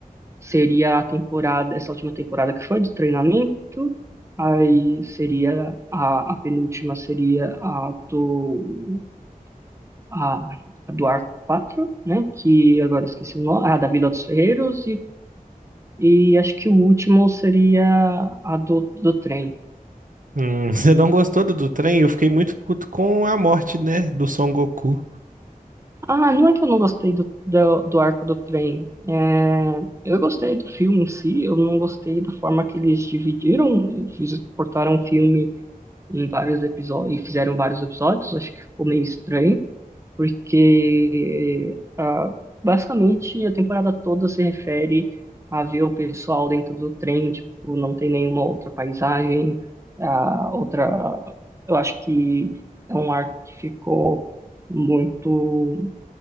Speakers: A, on the right; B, on the right.
A: seria a temporada, essa última temporada que foi de treinamento. Aí seria a, a penúltima seria a do a, a do Arco quatro né? Que agora eu esqueci o nome, a da Vila dos Ferreiros e, e acho que o último seria a do, do trem.
B: Hum, <laughs> você não gostou do, do trem? Eu fiquei muito puto com a morte, né, do Son Goku.
A: Ah, não é que eu não gostei do, do, do arco do trem. É, eu gostei do filme em si, eu não gostei da forma que eles dividiram, fiz- cortaram o filme em vários episódios, e fizeram vários episódios, acho que ficou meio estranho, porque ah, basicamente a temporada toda se refere a ver o pessoal dentro do trem, tipo, não tem nenhuma outra paisagem, a outra, eu acho que é um arco que ficou muito